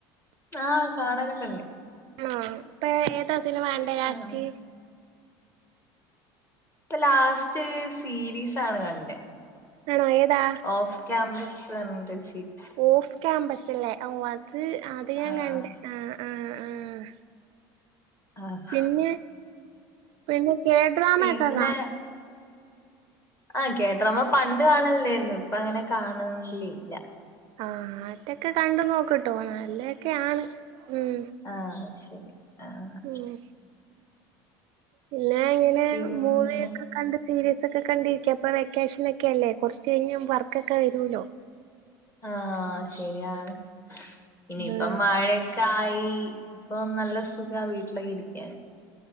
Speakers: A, on the left (about 25°); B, on the right (about 60°).
A: ആഹ് കാണാലൊക്കെണ്ട്
B: ആണോ ഇപ്പ ഏ ഏതാ സിനിമ കണ്ടേ ലാസ്റ്റ്
A: ആഹ് ഇപ്പ ലാസ്റ്റ് സീരീസാണ് കണ്ടേ
B: ആണോ ഏതാ?
A: ഓഫ് ക്യാമ്പസ്‌ ന്നർഞ്ഞ്‌ട്ടൊരു സീരിസ്
B: ഓഫ് ക്യാമ്പസല്ലേ ഓ അത് അത് ഞാൻ
A: ആഹ്
B: കണ്ട് ആഹ് ആഹ് ആഹ്
A: ആഹ്
B: പിന്നെ പിന്നെ കേട്രാമക്കെ
A: പിന്നെ
B: കാ
A: ആഹ് കേഡ്രാമ പണ്ട് കാണല്ലേര്ന്ന് ഇപ്പ അങ്ങനെ കാണ്ല്ലില്ല
B: ആഹ് അതൊക്കെ കണ്ടു നോക്ക്ട്ടോ നല്ലൊക്കെ ആണ് ഉം
A: ആഹ് ശരി ആഹ്
B: ഉം പിന്നെ എങ്ങനെ
A: പിന്നെ
B: മൂവിയൊക്കെ കണ്ട് സീരിസ് ഒക്കെ കണ്ടിരിക്ക ഇപ്പൊ വെക്കേഷൻ ഒക്കെ അല്ലേ കൊർച്ച് കഴിഞ്ഞ് വർക്കൊക്കെ വരൂല്ലോ
A: ആഹ് ശരിയാണ് ഇനിയിപ്പം
B: ആ
A: മഴ ക്കായി ഇപ്പം നല്ല സുഖ വീട്ട്ലൊക്കെ ഇരിക്കാന്